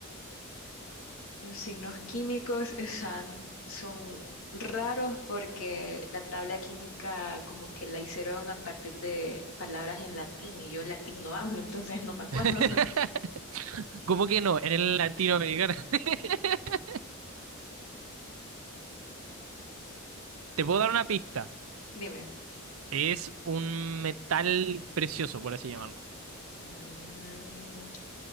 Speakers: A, on the left; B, on the right.
A: Los signos químicos están, son raros porque la tabla química como que la hicieron a partir de palabras en latín y yo latín no hablo, <laughs> entonces no me acuerdo.
B: <laughs>
A: <laughs>
B: ¿Cómo que no? En el latinoamericano. <laughs> Te puedo dar una pista.
A: Dime.
B: Es un metal precioso, por así llamarlo.
A: Mm,